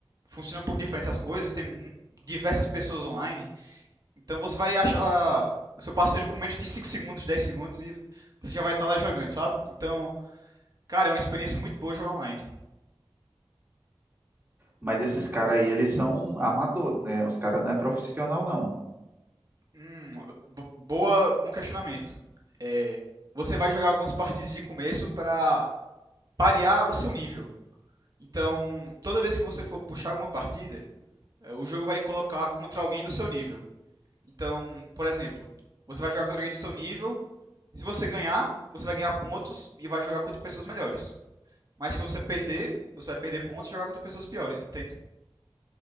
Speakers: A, on the right; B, on the right.
A: funciona um pouco diferente as coisas, tem mu- diversas pessoas online, então você vai achar o seu parceiro com menos de 5 segundos, 10 segundos e você já vai estar lá jogando, sabe? Então, cara, é uma experiência muito boa jogar online.
B: Mas esses caras aí, eles são amador, né? Os caras não é profissional, não.
A: Hum, bo- boa, bom questionamento. É, você vai jogar algumas partidas de começo para parear o seu nível. Então, toda vez que você for puxar alguma partida, eh, o jogo vai lhe colocar contra alguém do seu nível. Então, por exemplo, você vai jogar contra alguém do seu nível. Se você ganhar, você vai ganhar pontos e vai jogar contra pessoas melhores. Mas se você perder, você vai perder pontos e jogar contra pessoas piores, entende?